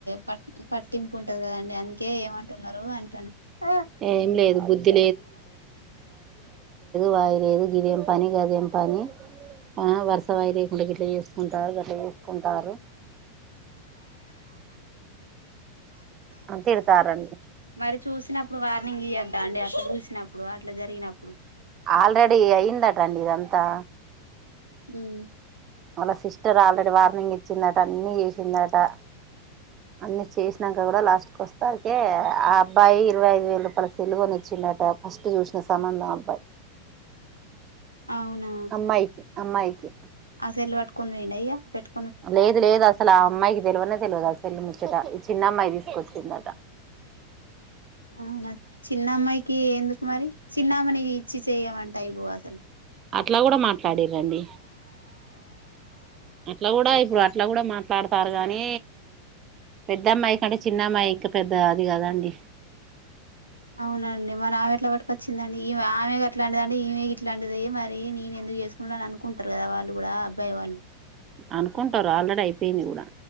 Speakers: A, on the left; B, on the right.
A: ప టింపు ఉంటది కదండి అందుకే ఏమంటున్నారు అంటున్నా
B: ఏం లేదు బుద్ధి వయిలేదు గిదయంం పనీ గదయంం పనీ ఆ వర్ష వయిరే గుండ గిడ్డ చేసుకుంటారు గడ్డ చేసుకుంటారు అని తిడతారండి
A: మరి చూసినప్పుడు వార్నింగ్ ఇద్దు అండి అట్ చూలిసినప్పుడు అట్లా జరిగినప్పుడు
B: ఆల్రెడి అయ్యందాటండి ఇదంతా
A: ఉమ్
B: వాళ్ళ సిస్టర్ ఆల్రెడీ వార్నింగ్ ఇచ్చిందట అన్ని చేసిందట టా అన్ని చేసినాక కూడా లాస్ట్ క వస్తారు తే ఆ అబ్బాయి ఇరవై ఐదు వేల రూపాయల సెల్లువుని ఇచ్చిండట ఫస్ట్ చూసిన సంబంధం అబ్బాయి
A: అవునా
B: అమ్మాయికి అమ్మాయికి
A: అసెలు పట్టుకో పోనియాండి అయా పెటు
B: లేదు లేదు అసలు అ అమ్మాయికి తెలువనే తెలువదు అసలు ముచ్చట ఈ చిన్న అమ్మాయి తీసుకొచ్చిందట
A: అవునా చిన్నమ్మాయికి ఎందుకు మరి చిన్న ఆమె ని ఇచ్చి చెయమంటె అయిపోవు అసలు
B: అట్లా కూడా మాట్లాడిరు అండి అట్లా కూడా ఇప్పుడు అట్లా కూడా మాట్లాడతారు కానీ పెద్దమ్మాయి కంటే చిన్నమ్మాయి ఇం పెద్ద అది కదండి
A: అవునండి మరి ఆమె ఎట్ల పట్టుక వచ్చిందండి ఈమె ఆమె గట్లాంటిదంటె ఈమె ఇట్లాంటిది మరి నేను ఎందుకు చేసుకుంటా అని అనుకుంటారు కదా వాళ్ళు కూడా అబ్బాయి వాళ్ళు
B: అనుకుంటారు ఆల్రెడీ అయి పోయింది కూడా